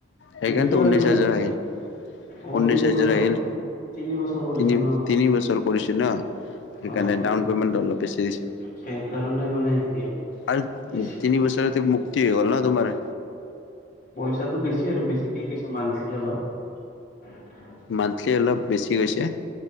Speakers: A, on the left; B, on the left.
A: সেইকাৰণেটো
B: কিয়
A: ঊনৈছ
B: ইমান
A: হাজাৰ আহে।
B: অ',
A: উনৈছ
B: তিনি
A: হাজাৰ
B: বছৰ
A: আহিল,
B: তিনি বছৰ কৰিছা
A: তিনি
B: ন
A: তিনি বছৰ কৰিছোঁ ন। সেইকাৰণে
B: অ', অ',
A: ডাউন পেমেণ্টটো অলপ বেছি আহিছে।
B: সেইকাৰণে মানে হেৰি হ'ল
A: আৰু
B: বেছি
A: তিনি পিছত মুক্তি হ'ল ন তোমাৰ।
B: পইচাটো বেছি আৰু বেছিকে কৈছো মানছে অলপ।
A: মান্থলি অলপ বেছি হৈছে।